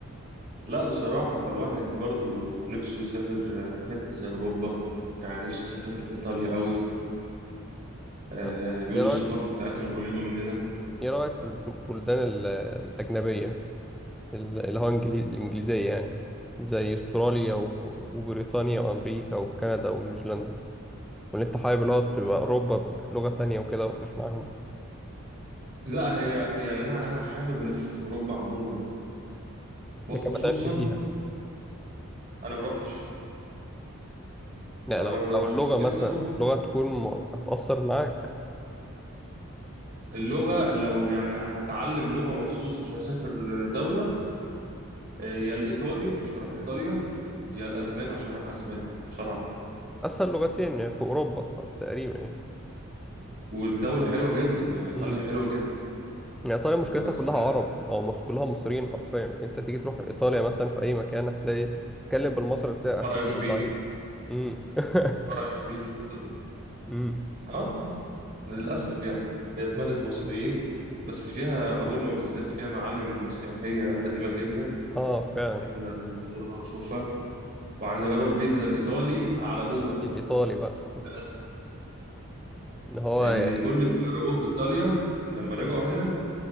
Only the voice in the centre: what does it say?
طب
إيه رأيك
إيه رأيك في البلدان ال- الأجنبية ال- اللي هو إنجلي- الإنجليزية يعني زي أستراليا و- وبريطانيا وأمريكا وكندا ونيوزيلندا ولا أنت حابب اللي هو تبقى أوروبا بلغة تانية وكده مفيش معاهم
لكن ما تعبش فيها
يعني
لو
لو اللغة
مثلا
لغة تكون م- هتأثر معاك
أسهل لغتين يعني في أوروبا تقريبا يعني
امم
يعني إيطاليا مشكلتها
كلها عرب أو مص... كلها مصريين حرفيا فأنت تيجي تروح إيطاليا مثلا في أي مكان هتلاقي تتكلم بالمصري هتلاقي هتلاقي
بيرد عليك امم <laughs>
امم
آه فعلا
الإيطالي بقى
إن هو